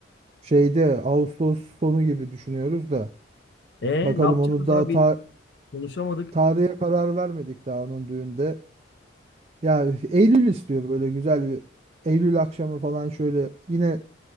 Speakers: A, on the right; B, on the left.
A: şeyde Ağustos sonu gibi düşünüyoruz da.
B: E
A: Bakalım
B: ne yapacağız
A: onu daha
B: abi?
A: ta-
B: Konuşamadık.
A: tarihe karar vermedik daha onun düğünde. Ya Eylül istiyor böyle güzel bir Eylül akşamı falan şöyle yine